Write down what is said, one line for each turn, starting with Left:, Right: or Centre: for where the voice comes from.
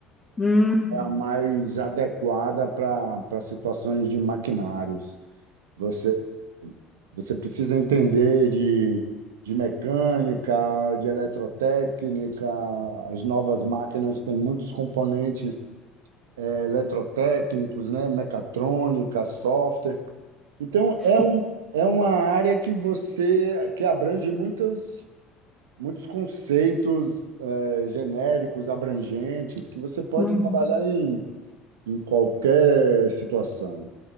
Left: Uhum.
Right: É a mais adequada para para situações de maquinários. Você Você precisa entender de, de mecânica, de eletrotécnica, as novas máquinas têm muitos componentes eh, eletrotécnicos, né? Mecatrônica, software. Então,
Left: Sim.
Right: é um, é uma área que você que abrange muitos, muitos conceitos eh, genéricos, abrangentes, que você pode
Left: Uhum.
Right: trabalhar em, em qualquer situação.